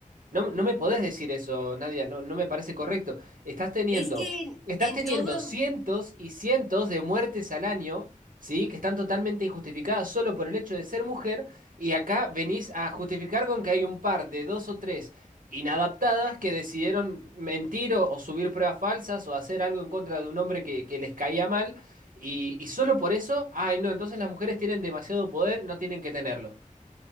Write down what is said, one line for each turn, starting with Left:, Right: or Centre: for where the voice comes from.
Right: No, no me podés decir eso, Nadia, no, no me parece correcto. Estás teniendo,
Centre: Es que en,
Right: estás
Centre: en
Right: teniendo
Centre: todo,
Right: cientos y cientos de muertes al año, ¿sí? Que están totalmente injustificadas solo por el hecho de ser mujer, y acá venís a justificar con que hay un par de dos o tres inadaptadas que decidieron mentir o, o subir pruebas falsas o hacer algo en contra de un hombre que, que les caía mal, y, y solo por eso, ay no, entonces las mujeres tienen demasiado poder, no tienen que tenerlo.